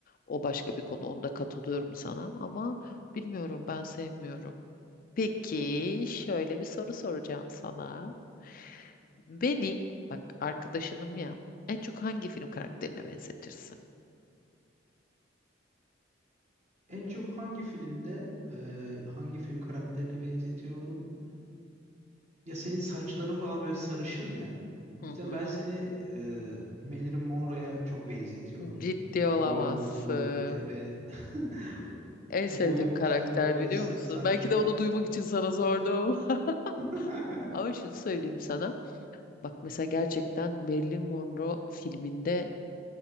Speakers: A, on the left (about 45°); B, on the right (about 40°).
A: O başka bir konu onda katılıyorum sana ama bilmiyorum ben sevmiyorum. Peki şöyle bir soru soracağım sana. Beni bak arkadaşınım ya en çok hangi film karakterine benzetirsin?
B: En çok hangi filmde e, hangi film karakterine benzetiyorum? Ya senin saçların falan böyle sarışın ya. O
A: Hı
B: yüzden
A: hı.
B: ben seni e, Marilyn Monroe'ya çok benzetiyorum.
A: Ciddi olamazsın.
B: Boyun uzun, evet. <laughs>
A: En
B: Boyun
A: sevdiğim karakter
B: uzun böyle
A: biliyor
B: sarı
A: musun?
B: saçlı.
A: Belki de onu duymak için sana sordum. <laughs>
B: <laughs>
A: Ama şunu söyleyeyim sana. Bak mesela gerçekten Marilyn Monroe filminde